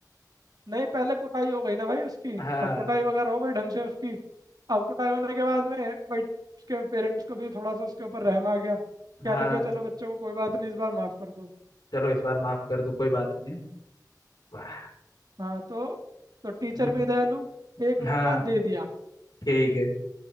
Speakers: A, on the right; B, on the left.
A: नहीं पहले कुटाई हो गई ना भाई उसकी
B: हाँ
A: अब कुटाई वगैरह हो गई ढंग से उसकी अब कुटाई होने के बाद में भाई उसके पेरेंट्स को भी थोड़ा सा उसके ऊपर रहम आ गया कहने
B: हाँ
A: लग गया चलो बच्चों को कोई बात नहीं इस बार माफ कर दो
B: चलो इस बार माफ कर दो कोई बात नहीं है वाह
A: हाँ तो तो टीचर
B: हम्म,
A: भी दयालु एक
B: हाँ
A: मौका दे दिया
B: ठीक है